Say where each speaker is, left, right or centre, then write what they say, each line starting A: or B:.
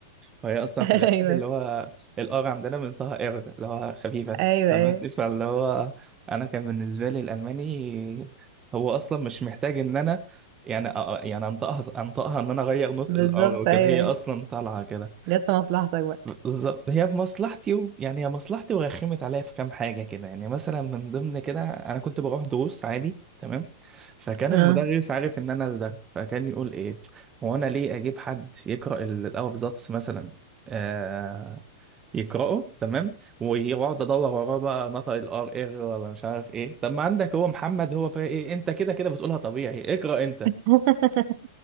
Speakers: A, on the right; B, on the right.
A: فهي اصلا
B: ايوه
A: في الالماني اللي هو الار عندنا منطقه ار اللي هو خفيفه
B: ايوه
A: فهمت
B: ايوه
A: فاللي هو انا كان بالنسبه لي الالماني هو اصلا مش محتاج ان انا يعني أ- يعني انطقها انطقها ان انا اغير نطق
B: بالظبط
A: الار وكده
B: ايوه
A: هي
B: ايوه
A: اصلا طالعه كده
B: جت في مصلحتك بقى
A: بالظبط هي في مصلحتي و... يعني هي مصلحتي ورخمت عليا في كام حاجه كده يعني مثلا من ضمن كده انا كنت بروح دروس عادي تمام فكان
B: اه
A: المدرس عارف ان انا ده فكان يقول ايه هو انا ليه اجيب حد يقرا ال- الافزاتس مثلا آه يقراه تمام ويقعد ادور وراه بقى نطق الار ار إيه ولا مش عارف ايه طب ما عندك هو محمد هو فيها ايه إيه، انت كده كده بتقولها طبيعي اقرا انت
B: <laughs>